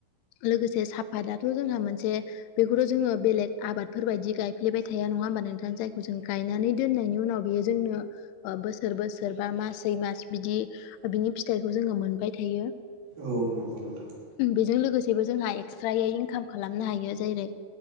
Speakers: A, on the left; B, on the right.
A: लोगोसे साफातआथ' जोंहा मोनसे बेखौथ' जोङो बेलेग आबादफोर बायदि गायफ्लेबाय थाया। नङा होमबा नोंथां जायखौ'जों गायनानै दोननायनि उनाव बेयो जोंनो ओ बोसोर बोसोर बा मास सै' मास बिदि बिनि फिथाइखौ जोङो मोनबाय थायो।
B: औ नंगौ नोंथां
A: बेजों लोगोसेबो जोंहा एक्स्रायै इनकाम खालामनो हायो जेरै'